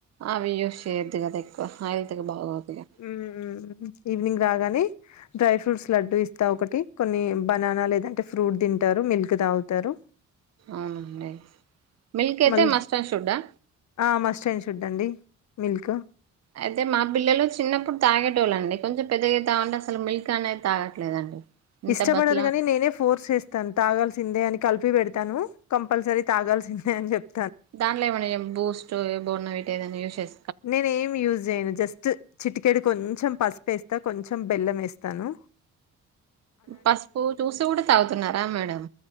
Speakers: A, on the right; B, on the left.
A: అవి యూస్ చేయద్దు కదా ఎక్కువ హెల్త్ కు బాగోదుగా
B: హు ఉ ఈవినింగ్ రాగానే డ్రై ఫ్రూట్స్ లడ్డుూ ఇస్తా ఒకటి కొన్ని బనానా లేదంటే ఫ్రూట్ తింటారు మిల్క్ తాగుతారు
A: అవునండి మిల్క్ అయితే
B: మళ్ళీ
A: మస్ట్ అండ్ షుడ్ ఆ
B: ఆ మాస్టన్ షుడ్ అండి మిల్క్
A: అయితే మా పిల్లలు చిన్నప్పుడు తాగేటోళ్ళండి కొంచెం పెద్దగా తాగంటే అసలు మిల్క్ అనేది తాగట్లేదండి ఇంత
B: ఇష్టపడరు
A: బతిలా
B: కాని నేనే ఫోర్స్ చేస్తా ను తాగాల్సిందే అని కలిపి పెడతాను కంపల్సరీ తాగాల్సిందే అని చెప్తా
A: దాంట్లో ఏమన్నా బూస్ట్ బోన్ వీటా ఏదైనా యూస్ చేస్తా
B: నేను ఏమి యూజ్ చేయను జస్ట్ చిటికెడు కొంచెం పసుపు వేస్తా కొంచెం బెల్లం వేస్తాను
A: పసుపు చూసి కూడా తాగుతున్నారా మేడం